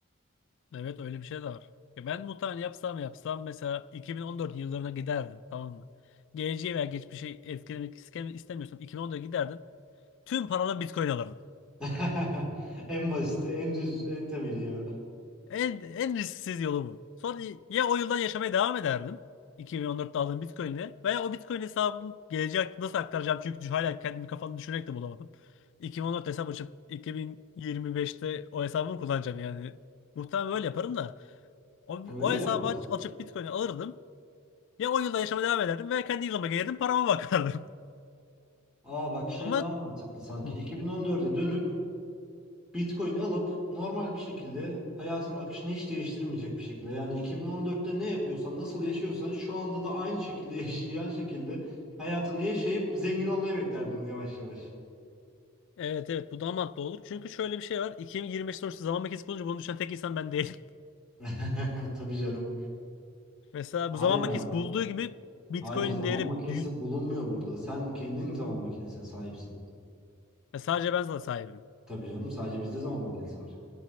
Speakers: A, on the left; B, in the centre.
A: Evet öyle bir şey de var. Ya ben muhtemelen yapsam yapsam mesela 2014 yıllarına giderdim tamam mı? Geleceği veya geçmişi etkilemek iske- istemiyorsam 2014'e giderdim. Tüm paranla Bitcoin alırdın.
B: <laughs> En basiti, en düz, en temeli ya.
A: En, en risksiz yolu bu. Sonra ya o yıldan yaşamaya devam ederdim. 2014'te aldığım Bitcoin'le veya o Bitcoin hesabımı geleceğe nasıl aktaracağım çünkü hala kendimi kafamda düşünerek de bulamadım. 2014 hesap açıp 2025'te o hesabımı kullanacağım yani. Muhtemelen böyle yaparım da o,
B: Öyle
A: o hesabı
B: yaparız.
A: aç- açıp Bitcoin'i alırdım. Ya 10 yılda yaşama devam ederdim veya kendi yılıma gelirdim parama bakardım.
B: Aa bak şey
A: <laughs> Ama
B: daha mantıklı sanki.
A: Hı.
B: 2014'e dönüp Bitcoin alıp normal bir şekilde hayatın akışını hiç değiştirmeyecek bir şekilde. Yani 2014'te ne yapıyorsan, nasıl yaşıyorsan şu anda da aynı şekilde <laughs> yaşayan şekilde hayatını yaşayıp zengin olmayı beklerdin yavaş yavaş.
A: evet evet bu daha mantıklı olur. Çünkü şöyle bir şey var. 2025 sonuçta zaman makinesi bulunca bunu düşünen tek insan ben değilim.
B: <laughs> Tabii canım.
A: <laughs> Mesela
B: Hayır
A: bu zaman makinesi
B: ama.
A: bulduğu gibi Bitcoin'in
B: Hayır zaman
A: değeri
B: makinesi
A: büyük.
B: bulunmuyor burada. Sen kendin zaman makinesine sahipsin.
A: Ya sadece ben zaten sahibim.
B: Tabii canım sadece bizde zaman makinesi var.